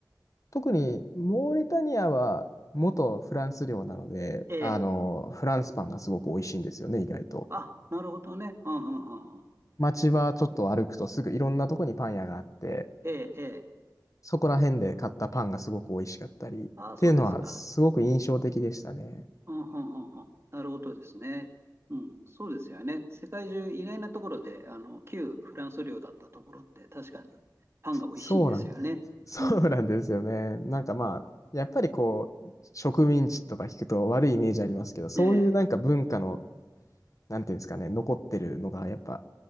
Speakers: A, on the left; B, on the right.
A: 特にモーリタニアは元フランス領なので、
B: ええ。
A: あの、フランスパンがすごく美味しいんですよね、意外と。
B: あ、なるほどね。うん、うん、うんうん。
A: 街はちょっと歩くとすぐいろんなとこにパン屋があって、
B: ええ、ええ。
A: そこら辺で買ったパンがすごく美味しかったり、っていうのはすごく印象的でしたね。
B: ああ、そうですか。あはんはんはんなるほどですね。うん、そうですよね。世界中意外なところで、あの、旧フランス領だったところって確かにパンが美味しいんですよね。
A: そうなんです。<laughs> そうなんですよね。
B: うん。
A: なんかまあ、やっぱりこう、植民地とか聞くと悪いイメージありますけど、そういうなんか文化の
B: で、
A: なんていうんですかね、残ってるのが、やっぱ、